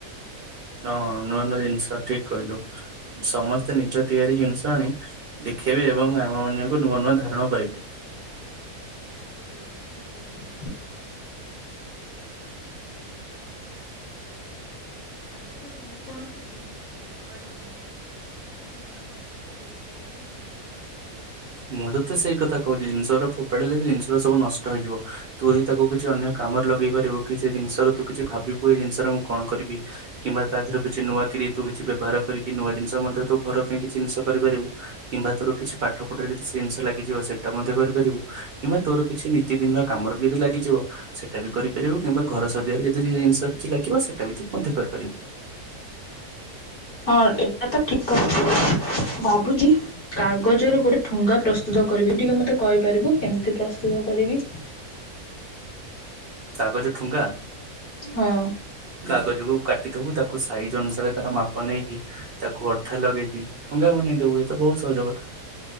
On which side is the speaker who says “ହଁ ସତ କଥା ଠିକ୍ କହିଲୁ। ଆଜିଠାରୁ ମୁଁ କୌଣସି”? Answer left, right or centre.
Left